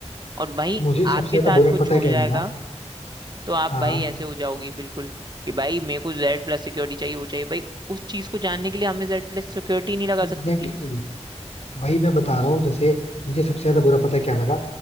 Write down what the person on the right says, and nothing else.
और वहीं
आपके
साथ
कुछ
हो
जाएगा
तो आप
भाई ऐसे हो जाओगी बिल्कुल कि भाई मेरे को जेड प्लस सिक्योरिटी चाहिए वो चाहिए भाई उस चीज को जानने के लिए हमें जेड प्लस सिक्योरिटी नहीं लगा
सकती थी